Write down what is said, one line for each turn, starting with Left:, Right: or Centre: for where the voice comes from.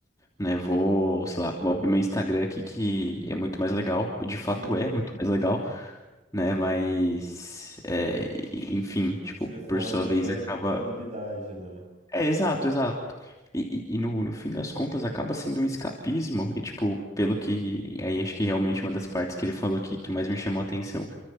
Left: né? Vou, sei lá, vou abrir meu Instagram aqui que é muito mais legal, de fato
Right: Sim,
Left: é muito mais legal, né? Mas, é, enfim, tipo,
Right: você foge
Left: por sua
Right: da
Left: vez
Right: sua
Left: acaba
Right: responsabilidade, né?
Left: é, exato, exato. E, e- e no, no fim das contas acaba sendo um escapismo, e tipo, pelo que. e Aí acho que realmente uma das partes que ele falou que que mais me chamou a atenção.